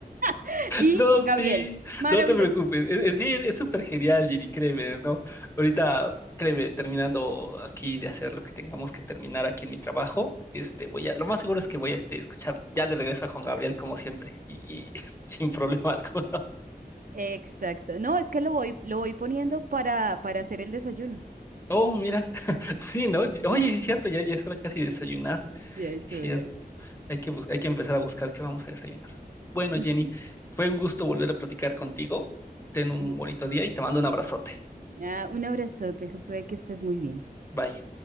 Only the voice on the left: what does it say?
No,
sí,
no te preocupes. Es- es- sí, es es súper genial, Jenny, créeme, ¿no? Ahorita, créeme, terminando aquí de hacer lo que tengamos que terminar aquí en mi trabajo, este, voy a, lo más seguro es que voy a este, escuchar ya de regreso a Juan Gabriel como siempre y, y <laughs> sin problema alguno.
Oh, mira, <laughs> sí, ¿no? Oye, sí es cierto, ya, ya es hora casi de desayunar,
sí es
cierto. Hay que, bus- hay que empezar a buscar qué vamos a desayunar. Bueno,
Jenny, fue un gusto volver a platicar contigo. Ten un
bonito día
y te mando un abrazote.
Bye.